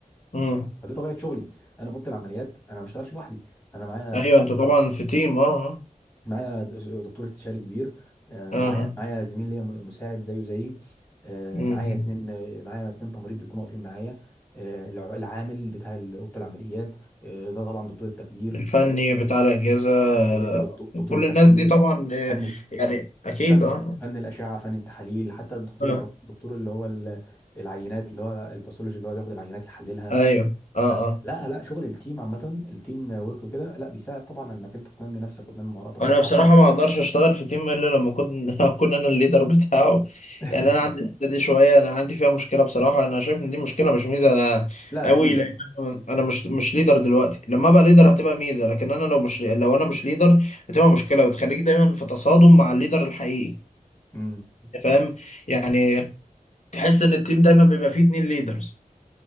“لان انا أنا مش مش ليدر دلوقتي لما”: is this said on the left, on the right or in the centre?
Left